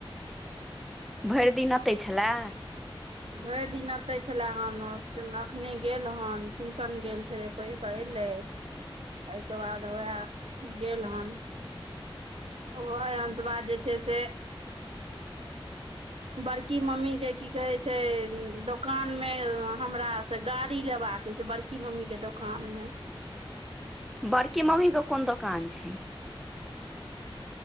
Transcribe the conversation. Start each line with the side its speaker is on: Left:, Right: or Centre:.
Centre: भैर दिन अतै छलै
Right: भैर दिन ओतै छलै हन अखने गेल हन ट्यूशन गेल छलै पढि के ऐलै एहिके बाद वैह गेल हन उभय, अंशबा जे छै से बड़की मम्मी केँ की कहे छै दो कान मे हमरा से गाड़ी लेबाका छै बड़की मम्मी केँ दोकान मे
Centre: बड़की मम्मी कऽ कोन दोकान छै